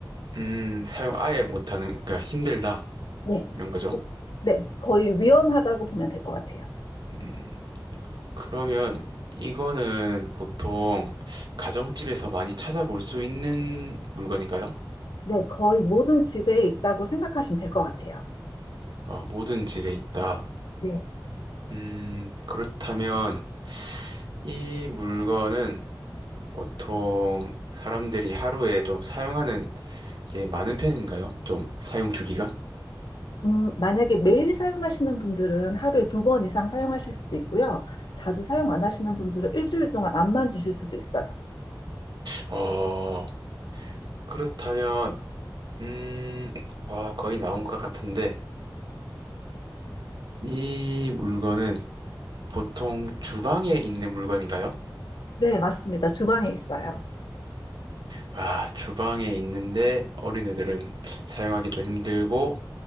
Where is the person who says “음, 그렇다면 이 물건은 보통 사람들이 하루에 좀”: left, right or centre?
Right